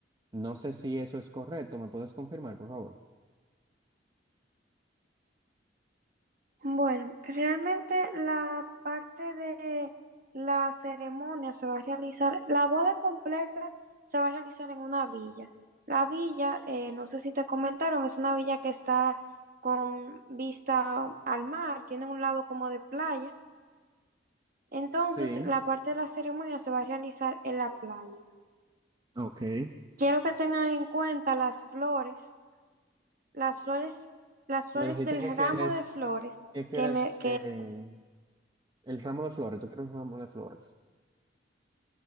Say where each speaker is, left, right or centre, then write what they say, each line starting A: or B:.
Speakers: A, on the right; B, on the right.
A: No sé si eso es correcto, ¿me puedes confirmar, por favor?
B: Bueno, realmente la parte de la ceremonia se va a realizar, la boda completa se va a realizar en una villa. La villa, eh, no sé si te comentaron, es una villa que está con vista al mar, tiene un lado como de playa Entonces,
A: Sí,
B: la parte de la ceremonia se va a realizar en la playa.
A: ok.
B: Quiero que tengan en cuenta las flores, las flores, las flores
A: Me dijiste
B: del
A: que quieres,
B: ramo de flores
A: que quieres,
B: que me, que,
A: eh, El ramo de flores, ¿tú quieres un ramo de flores?